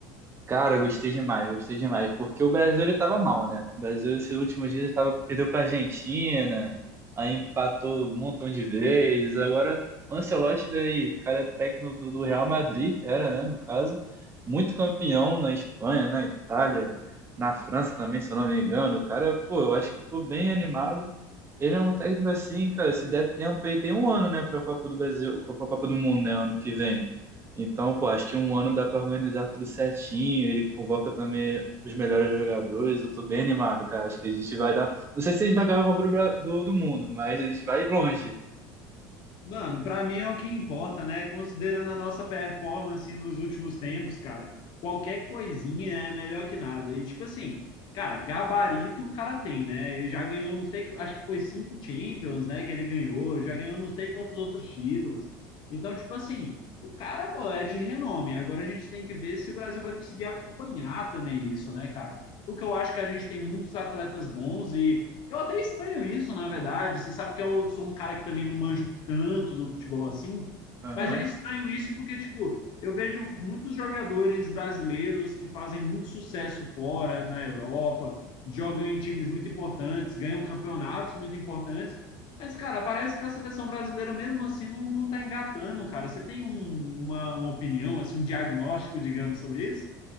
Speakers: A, on the right (about 25°); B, on the left (about 55°).
A: Cara, gostei demais, gostei demais. Porque o Brasil, ele tava mal, né? O Brasil, esses últimos dias, tava, perdeu pra Argentina, aí empatou um montão de vezes. Agora, o Ancelotti veio, aí, o cara é técnico do, do Real Madrid, era, né, no caso. Muito campeão na Espanha, na Itália, na França também, se eu não me engano. O cara, pô, eu acho que eu tô bem animado. Ele é um técnico assim, cara, se der tempo aí, tem um ano, né, pra Copa do Brasil, pra Copa do Mundo, né, ano que vem. Então, pô, acho que um ano dá pra organizar tudo certinho, ele convoca também os melhores jogadores, eu tô bem animado, cara, acho que a gente vai dar, não sei se a gente vai ganhar a Copa do, Bra- do, do Mundo, mas a gente vai longe.
B: Mano, pra mim é o que importa, né? Considerando a nossa performance nos últimos tempos, cara, qualquer coisinha é melhor que nada. E tipo assim, cara, gabarito o cara tem, né? Ele já ganhou, não sei, acho que foi cinco Champions, né? Que ele ganhou, já ganhou não sei quantos outros títulos. Então, tipo assim, o cara, pô, é de renome. Agora a gente tem que ver se o Brasil vai conseguir acompanhar também isso, né, cara? O que eu acho que a gente tem muitos atletas bons e eu até estranho isso, na verdade. Você sabe que eu sou um cara que também não manjo tanto do futebol assim,
A: Aham.
B: mas eu estranho isso porque, tipo, eu vejo muitos jogadores brasileiros que fazem muito sucesso fora, na Europa, jogam em times muito importantes, ganham campeonatos muito importantes, mas, cara, parece que a seleção brasileira, mesmo assim, não, não tá engatando, cara. Você tem um- uma, uma opinião, assim, um diagnóstico, digamos, sobre isso?